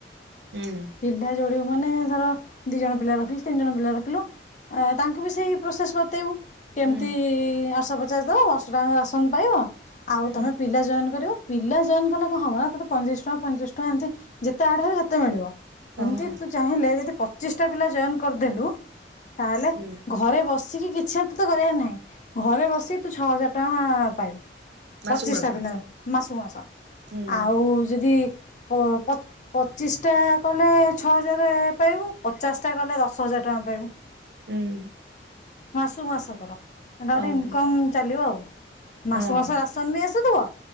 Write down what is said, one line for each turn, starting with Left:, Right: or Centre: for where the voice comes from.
Right: ଉଁ
Left: ପିଲା ଯୋଡିବୁ ମାନେ ଧର ଦି ଜଣ ପିଲା ରଖିଲୁ ତିନି ଜଣ ପିଲା ରଖିଲୁ ଅ ତାଙ୍କୁ ବି ସେଇ ପ୍ରୋସେସ ବତେଇବୁ। କେମିତି
Right: ହୁଁ
Left: ଆଠଶହ ପଚାଶ ଦବ ବର୍ଷ ଟା ଙ୍କ ରାସନ ପାଇବ ଆଉ
Right: ହୁଁ
Left: ତମେ ପିଲା ଜଏନ କରିବ। ପିଲା ଜଏନ୍ କଲେ କଣ ହବ ନା ତୋତେ ପଇତିରିଚଶ ଟଙ୍କା ଫଇ ତିରିଶି ଟଙ୍କା ଏମିତି ଯେତେ ଆଡେ ହେବେ ହେତେ ମିଳିବ। ଏମିତି
Right: ଓହୋ
Left: ତୁ ଚାହିଁଲେ ଯଦି ପଚିଶ ଟା ପିଲା ଜଏନ କରିଦେଲୁ ତାହେଲେ
Right: ହୁଁ
Left: ଘରେ ବସିକି କିଛି ଆଉ ତତେ କରିବାର ନାହିଁ। ଘରେ ବସିକି ତୁ ଛଅ ହଜାର ଟଙ୍କା ପାଇବୁ।
Right: ମାସକୁ
Left: ପଚିଶି
Right: ମାସ
Left: ଟା ପିଲା ମାସକୁ ମାସ
Right: ହୁଁ
Left: ଆଉ ଯଦି କ ପ ପଚିଶି ଟା କଲେ ଛଅ ହଜାର ପାଇବୁ ପଚାଶଟା କଲେ ଦଶ ହଜାର ଟଙ୍କା ପାଇବୁ।
Right: ହୁଁ।
Left: ମାସୁ ମାସକୁ କର ଏଟା ଗୋଟେ
Right: ଓହୋ
Left: ଇନକମ ଚାଲିବ ଆଉ ମାସୁ
Right: ହଁ
Left: କୁ ମାସ ରା ସମି ଆସୁଥବ